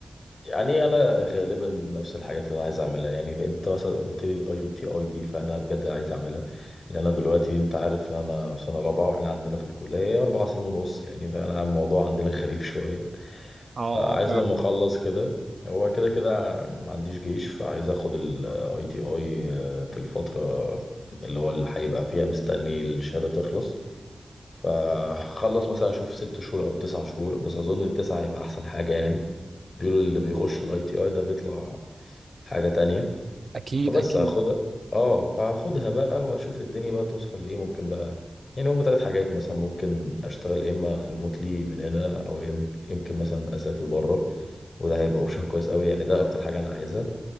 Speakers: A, on the left (about 60°); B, on the right (about 65°).
A: يعني انا غالبا نفس الحاجات اللي انا عايز اعملها يعني انت مثلا قلت لي الاي تي اي دي فانا بجد عايز اعملها لان انا دلوقتي انت عارف ان انا في سنه رابعه واحنا عندنا في الكليه اربع سنين ونص يعني فانا الموضوع عندنا غريب <laughs> شويه فعايز
B: اه اه فعلا
A: لما اخلص كده هو كده كده ما عنديش جيش فعايز اخد الاي تي اي في الفتره اللي هو اللي هيبقى فيها مستني الشهاده تخلص فهخلص مثلا اشوف ست شهور او تسع شهور بس اظن التسعه هيبقى احسن حاجه يعني بيقولوا اللي بيخش الاي تي اي ده بيطلع حاجة تانية
B: اكيد
A: فبس
B: اكيد
A: هاخدها اه فهاخدها بقى واشوف الدنيا بقى توصل لايه ممكن بقى يعني هما ثلاث حاجات مثلا ممكن اشتغل يا اما ريموتلي من هنا او يم- يمكن مثلا اسافر بره وده هيبقى اوبشن كويس قوي يعني ده اكتر حاجة انا عايزها